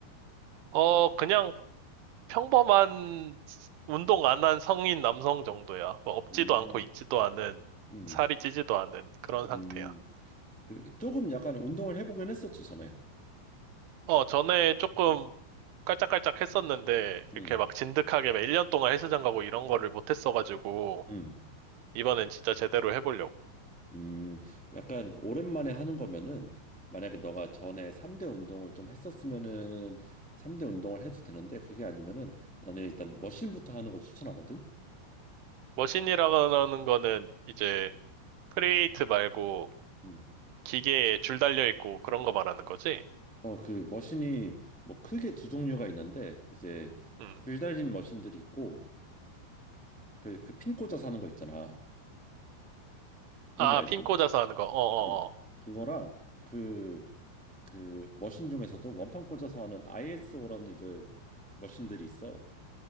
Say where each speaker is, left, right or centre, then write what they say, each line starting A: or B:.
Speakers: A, on the right (about 85°); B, in the centre.
A: 어, 그냥 평범한 운동 안 한 성인 남성 정도야. 뭐 없지도
B: 음,
A: 않고 있지도 않은
B: 음,
A: 살이 찌지도 않은 그런
B: 음.
A: 상태야.
B: 그, 조금 약간 운동을 해보긴 했었지, 전에.
A: 어, 전에 조금
B: 어,
A: 깔짝깔짝 했었는데
B: 음,
A: 이렇게 막 진득하게 막 1년 동안 헬스장 가고 이런 거를 못 했어가지고
B: 음.
A: 이번엔 진짜 제대로 해보려고.
B: 음, 약간 오랜만에 하는 거면은 만약에 너가 전에 3대 운동을 좀 했었으면은 3대 운동을 해도 되는데 그게 아니면은 나는 일단 머신부터 하는 거 추천하거든.
A: 머신이라는 거는 이제 크리에이트 말고
B: 음.
A: 기계에 줄 달려 있고 그런 거 말하는 거지?
B: 어, 그 머신이 뭐 크게 두 종류가 있는데 이제
A: 음.
B: 줄 달린 머신들이 있고 그 그 핀 꽂아서 하는 거 있잖아. 뭔지
A: 아,
B: 알지?
A: 핀 꽂아서 하는 거. 어,
B: 어.
A: 어,
B: 그거랑 그 그 머신 중에서도 원판 꽂아서 하는 ISO라는 이제 머신들이 있어.